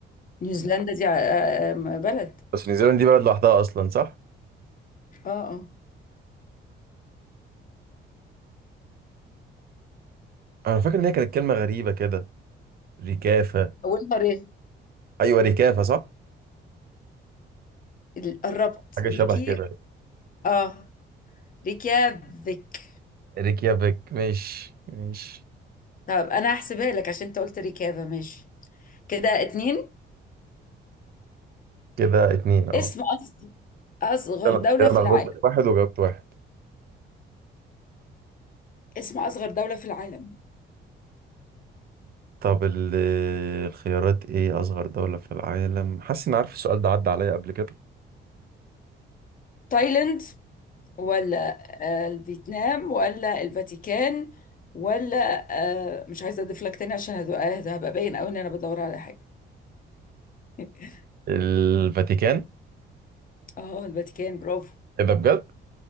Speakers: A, on the left; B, on the right.
A: نيوزيلندا دي آه آه بلد
B: بس نيوزيلندا دي بلد لوحدها اصلا صح
A: اه اه
B: انا فاكر ان هي كانت كلمه غريبه كده ريكافه
A: اولها ري
B: ايوه ريكافه صح
A: ال- قربت
B: حاجه
A: ريكي
B: شبه كده
A: اه ريكيافيك
B: ريكيافيك ماشي ماشي
A: طب انا هحسبها لك عشان انت قلت ريكافا ماشي كده اتنين
B: كده اتنين اه
A: اسم أصغر
B: كده
A: دولة
B: كده
A: في
B: انا غلطت
A: العالم
B: في واحد وجاوبت واحد
A: اسم أصغر دولة في العالم
B: طب ال- الخيارات ايه اصغر دولة في العالم حاسس اني عارف السؤال ده عدى عليا قبل كده
A: تايلاند ولا آه، الفيتنام ولا الفاتيكان ولا آه، مش عايزة أضيف لك تاني عشان هدو- آه، ده هبقى باين أوي إن أنا بدور على حاجة <laughs>
B: الفاتيكان
A: اه الفاتيكان برافو
B: ايه ده بجد